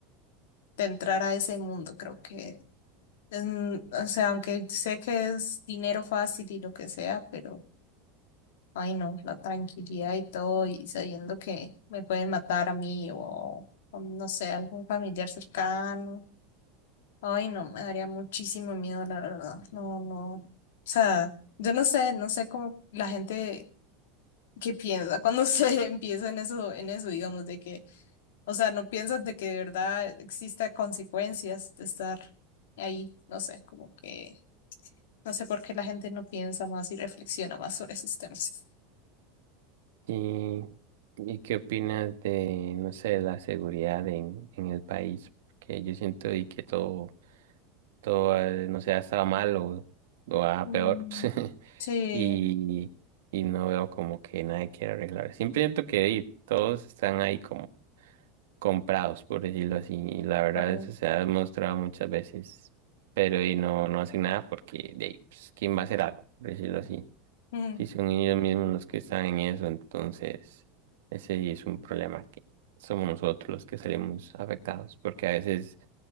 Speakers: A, on the left (about 80°); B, on the right (about 85°).
A: de entrar a ese mundo. Creo que, es, mm, o sea, aunque sé que es dinero fácil y lo que sea, pero... Ay, no, la tranquilidad y todo, y sabiendo que me pueden matar a mí o, o no sé, algún familiar cercano. Ay, no, me daría muchísimo miedo, la verdad. No, no. O sea, yo no sé, no sé cómo la gente que piensa cuando <laughs> se empieza en eso, en eso, digamos, de que, o sea, no piensas de que de verdad exista consecuencias de estar ahí. No sé, como que, no sé por qué la gente no piensa más y reflexiona más sobre esos temas.
B: ¿Y, y qué opinas de, no sé, la seguridad en, en el país? Porque yo siento y que todo todo, eh, no sé, ha estado mal o, o a
A: Mm,
B: peor. <laughs>
A: Sí.
B: Y, y no veo como que nadie quiera arreglar. Siempre siento que y, todos están ahí como comprados, por decirlo así. Y la verdad,
A: Correcto.
B: eso se ha demostrado muchas veces. Pero y no, no hacen nada porque, de, ahí, pues, ¿quién va a hacer algo? Por decirlo así.
A: Mm,
B: Si son ellos mismos los que están en eso, entonces ese sí es un problema que somos nosotros los que salimos afectados. Porque a veces